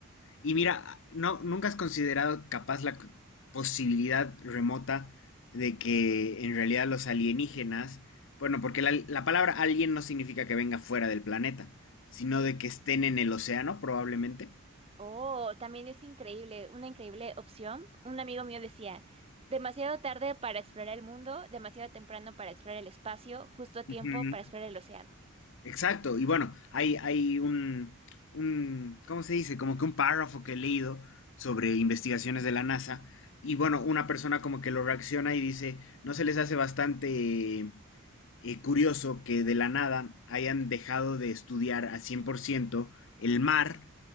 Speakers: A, on the left; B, on the right.
A: Y mira, no, ¿nunca has considerado capaz la c- posibilidad remota de que en realidad los alienígenas, bueno, porque la, la palabra alien no significa que venga fuera del planeta, sino de que estén en el océano, probablemente?
B: Oh, también es increíble, una increíble opción. Un amigo mío decía, demasiado tarde para explorar el mundo, demasiado temprano para explorar el espacio, justo a tiempo
A: Ujú.
B: para explorar el océano.
A: Exacto, y bueno, hay, hay un, un, ¿cómo se dice? Como que un párrafo que he leído sobre investigaciones de la NASA, y bueno, una persona como que lo reacciona y dice, ¿no se les hace bastante eh, curioso que de la nada hayan dejado de estudiar a 100% el mar,